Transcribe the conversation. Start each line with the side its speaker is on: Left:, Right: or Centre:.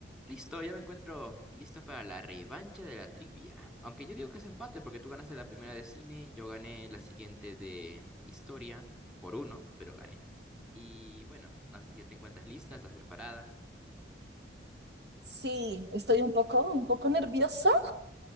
Centre: Listo, ya me encuentro listo para la revancha de la trivia. Aunque yo digo que es empate porque tú ganaste la primera de cine, yo gané la siguiente de historia por uno, pero gané. Y bueno, no sé si ya te encuentras lista, estás preparada.
Right: Sí, estoy un poco, un poco nerviosa,